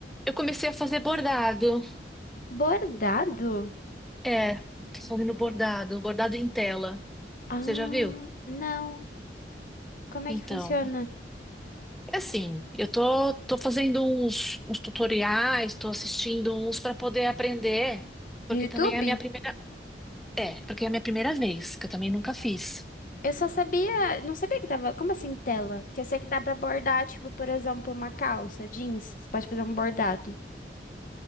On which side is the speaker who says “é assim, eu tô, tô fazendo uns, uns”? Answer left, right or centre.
Centre